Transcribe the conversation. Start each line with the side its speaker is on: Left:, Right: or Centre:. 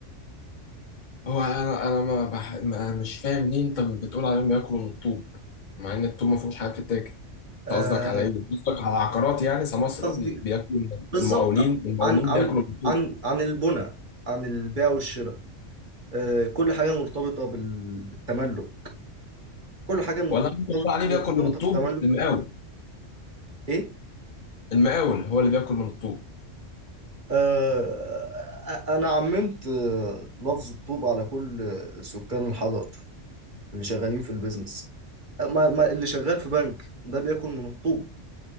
Left: هو انا انا ما, بح... ما مش فاهم ليه انت بتقول عليهم بياكلوا من الطوب مع ان الطوب ما فيهوش حاجه بتتاكل انت
Right: آه،
Left: قصدك على ايه قصدك على عقارات يعني سماسرة
Right: قصدي
Left: بي... بياكلوا من
Right: بالظبط
Left: المقاولين المقاولين
Right: عن عن
Left: بياكلوا من الطوب
Right: عن عن البنى عن البيع والشراء آه، كل حاجة مرتبطة بال- بالتملك كل حاجة مرتبطة
Left: ولا انت بتقول عليه
Right: مرتبطة
Left: بياكل من الطوب
Right: بالتملك
Left: المقاول
Right: ايه
Left: المقاول هو اللي بياكل من الطوب
Right: آه، أ- انا عممت آه، لفظ الطوب على كل آه، سكان الحضر اللي شغالين في البيزنس ما ما اللي شغال في بنك ده بياكل من الطوب